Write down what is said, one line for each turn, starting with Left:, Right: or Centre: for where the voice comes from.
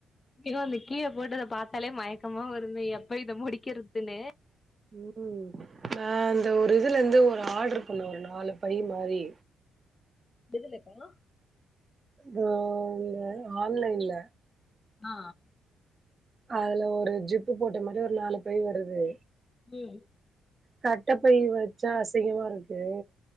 Left: அய்யோ அந்த கீழ போட்டத பார்த்தாலே மயக்கமா வருமே எப்ப இத முடிக்கறதுன்னு
Right: ம் நான் அந்த ஒரு இதுல இருந்து ஒரு ஆர்டரு பண்ணே ஒரு நாலு பை மாரி
Left: எதுலக்கா
Right: இதோ இந்த ஆன்லைன்ல
Left: ஆ
Right: அதுல ஒரு ஜிப்பு போட்ட மாதிரி ஒரு நாலு பை வருது
Left: ம்
Right: கட்டைப்பை வச்சா அசிங்கமா இருக்கு